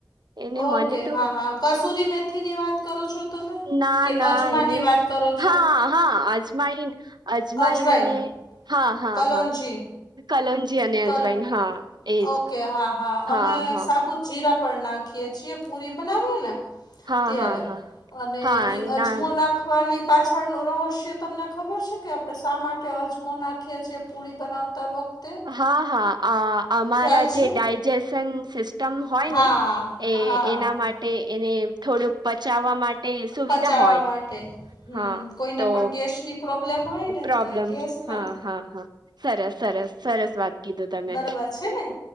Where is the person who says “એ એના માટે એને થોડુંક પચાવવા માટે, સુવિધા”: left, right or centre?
Right